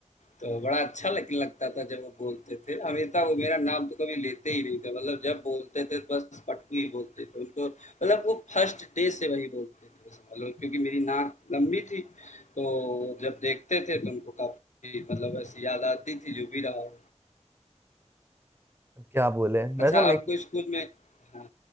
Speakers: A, on the left; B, on the right.
A: तो बड़ा अच्छा लग, लगता था जब वो बोलते थे हमेशा वो मेरा नाम तो कभी लेते ही नहीं थे मतलब जब बोलते थे बस पट्टू ही बोलते थे उनको मतलब वो फर्स्ट डे से वही बोलते थे समझ लो क्योंकि मेरी नाक लंबी थी तो जब देखते थे तो उनको काफी मतलब ऐसी याद आती थी जो भी रहा हो
B: तो क्या बोले
A: अच्छा,
B: वैसा मेरे
A: आपको
B: को
A: स्कूल में हाँ,